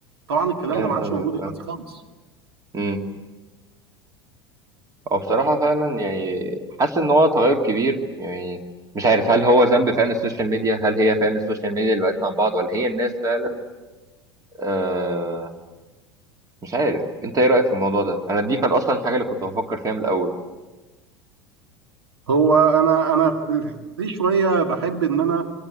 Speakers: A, on the right; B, on the right.
A: طبعا الكلام
B: فاهم
A: ده ما عادش
B: قصدك
A: موجود دلوقتي
B: اه
A: خالص
B: امم هو بصراحه فعلا يعني حاسس ان هو تغير كبير يعني مش عارف هل هو ذنب فعلا السوشيال ميديا هل هي فعلا السوشيال ميديا اللي بقتنا مع بعض ولا هي الناس فعلا آه مش عارف انت ايه رايك في الموضوع ده انا دي كانت اصلا الحاجه اللي كنت بفكر فيها من الاول
A: هو أنا أنا في الحتة دي شوية بحب إن أنا